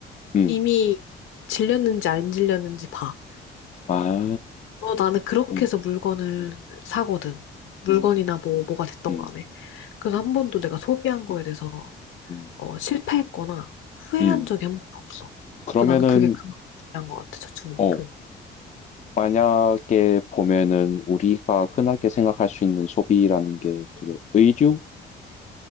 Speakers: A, on the left; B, on the left.
A: 음,
B: 이미 질렸는지 안 질렸는지 봐.
A: 아,
B: 어, 나는 그렇게
A: 음,
B: 해서 물건을 사거든. 물건이나
A: 음,
B: 뭐, 뭐가 됐던
A: 음,
B: 간에. 그래서 한 번도 내가 소비한 거에
A: 음,
B: 대해서
A: 음,
B: 어, 실패했거나 후회한
A: 음.
B: 적이 한 번도 없어.
A: 그러면은,
B: 그 나는 그게 그만큼 중요한 것 같아, 저축만큼.
A: 어, 만약에 보면은 우리가 흔하게 생각할 수 있는 소비라는 게 되게 의류잖아.